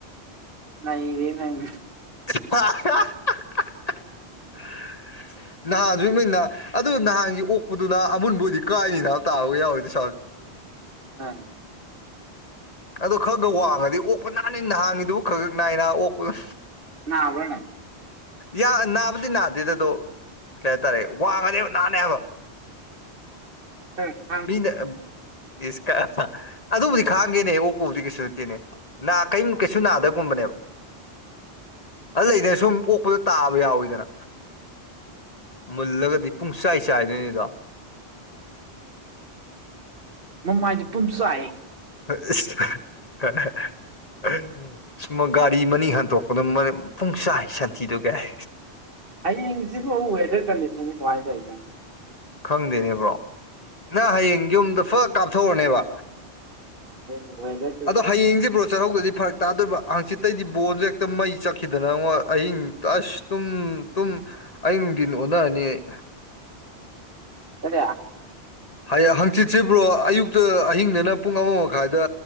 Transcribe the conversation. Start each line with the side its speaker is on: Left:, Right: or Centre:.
Right: ꯅꯩꯔꯦ ꯅꯪ
Left: <unintelligible> ꯅꯍꯥꯟꯖꯨ ꯃꯤꯅ ꯑꯗꯨ ꯅꯍꯥꯟꯒꯤ ꯑꯣꯛꯄꯗꯨꯅ ꯑꯃꯨꯟꯕꯨꯗꯤ ꯀꯥꯏꯅꯤꯅꯕ ꯇꯥꯕꯒ ꯌꯥꯎꯋꯦꯗꯤ ꯁꯥ
Right: ꯑꯥ
Left: ꯑꯗꯨ ꯈꯔꯒ ꯋꯥꯡꯉꯗꯤ ꯑꯣꯛꯄ ꯅꯥꯅꯤ ꯅꯍꯥꯟꯒꯤꯗꯨꯕꯨ ꯈꯛ ꯈꯛ ꯅꯥꯏꯅ ꯑꯣꯛꯄꯗ
Right: ꯅꯥꯕ꯭ꯔꯣ ꯅꯪ
Left: ꯌꯥ ꯅꯥꯕꯨꯗꯤ ꯅꯥꯗꯦꯗ ꯑꯗꯣ ꯀꯩ ꯍꯥꯏꯇꯥꯔꯦ ꯋꯥꯡꯉꯅꯦꯕ ꯅꯥꯅꯦ ꯍꯥꯏꯕ
Right: <unintelligible>
Left: ꯃꯤꯅ ꯏꯁ ꯑꯗꯨꯕꯨꯗꯤ ꯈꯥꯡꯒꯦꯅꯦ ꯑꯣꯛꯄꯕꯨꯗꯤ ꯀꯩꯁꯨ ꯅꯠꯇꯦꯅꯦ ꯅꯥ ꯀ꯭ꯌꯤꯝ ꯀꯩꯁꯨ ꯅꯥꯗꯕꯒꯨꯝꯕꯅꯦꯕ ꯑꯗꯨ ꯂꯩꯗꯅ ꯁꯨꯝ ꯑꯣꯛꯄꯗ ꯇꯥꯕ ꯌꯥꯎꯋꯤꯗꯅ ꯃꯨꯜꯂꯒꯗꯤ ꯄꯨꯡꯆꯥꯏ ꯆꯥꯏꯗꯣꯏꯅꯤꯗꯣ
Right: ꯃꯃꯥꯏꯗꯨ ꯄꯨꯝꯆꯥꯏ
Left: <unintelligible> ꯁꯃ ꯒꯥꯔꯤ ꯃꯅꯤꯡ ꯍꯟꯇꯣꯛꯄꯗꯣ ꯄꯨꯡꯁꯥꯏ ꯁꯟꯊꯤꯗꯨ ꯀꯥꯏ
Right: ꯍꯌꯦꯡꯁꯤꯕꯨ ꯋꯦꯗꯔ ꯀꯟꯗꯤꯁꯟꯖꯦ ꯀꯃꯥꯏ ꯇꯧꯏꯖꯥꯠꯅꯣ
Left: ꯈꯪꯗꯦꯅꯦ ꯕ꯭ꯔꯣ ꯅꯪ ꯍꯌꯦꯡ ꯌꯨꯝꯗ ꯐꯛ ꯀꯥꯞꯊꯣꯛꯎꯔꯅꯦꯕ
Right: <unintelligible>
Left: ꯑꯗꯣ ꯍꯌꯦꯡꯖꯤ ꯕ꯭ꯔꯣ ꯆꯠꯍꯧꯗ꯭ꯔꯗꯤ ꯐꯔꯛ ꯇꯥꯗꯣꯏꯕ ꯍꯪꯆꯤꯠꯇꯩꯗꯤ ꯕꯣꯟꯖꯦ ꯍꯦꯛꯇ ꯃꯩ ꯆꯠꯈꯤꯗꯅꯉꯣ ꯑꯍꯤꯡ ꯑꯁ ꯇꯨꯝ ꯇꯨꯝ ꯑꯍꯤꯡ ꯅꯨꯡꯗꯤꯟ ꯑꯣꯟꯅꯔꯅꯤ ꯑꯩ
Right: <unintelligible>
Left: ꯍꯌꯦ ꯍꯪꯆꯤꯠꯁꯤꯕ꯭ꯔꯣ ꯑꯌꯨꯛꯇ ꯑꯍꯤꯡꯗꯅ ꯄꯨꯡ ꯑꯃ ꯃꯈꯥꯏꯗ